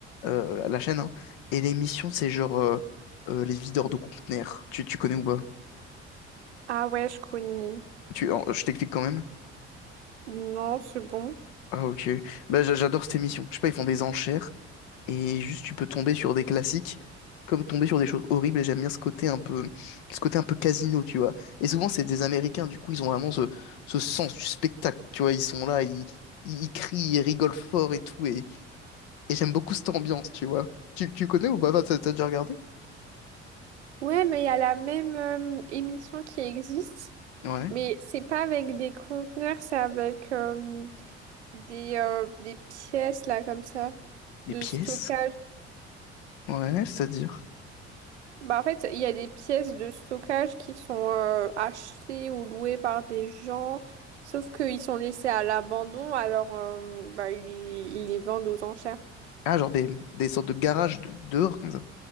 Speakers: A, on the left (about 60°); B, on the right (about 75°).
A: euh, la, la chaîne, hein. Et l'émission, c'est genre euh, euh, les videurs de conteneurs. Tu, tu connais ou pas?
B: Ah ouais, je connais.
A: Tu, en- je t'explique quand même.
B: Non, c'est bon.
A: Ah ok. Bah, j'a- j'adore cette émission. Je sais pas, ils font des enchères et juste tu peux tomber sur des classiques comme tomber sur des choses horribles et j'aime bien ce côté un peu ce côté un peu casino, tu vois. Et souvent c'est des Américains, du coup ils ont vraiment ce, ce sens du spectacle, tu vois, ils sont là, ils, ils, ils crient, ils rigolent fort et tout et, et j'aime beaucoup cette ambiance, tu vois. Tu, tu connais ou pas? Enfin, T'as t'as déjà regardé?
B: Ouais, mais il y a la même euh, émission qui existe,
A: Ouais.
B: mais c'est pas avec des conteneurs, c'est avec euh, des, euh, des pièces, là, comme ça,
A: Des
B: de
A: pièces?
B: stockage.
A: Ouais, c'est-à-dire.
B: Bah en fait, il y a des pièces de stockage qui sont euh, achetées ou louées par des gens, sauf qu'ils sont laissés à l'abandon, alors euh, bah, ils, ils les vendent aux enchères.
A: Ah, genre des, des sortes de garages de- dehors comme ça.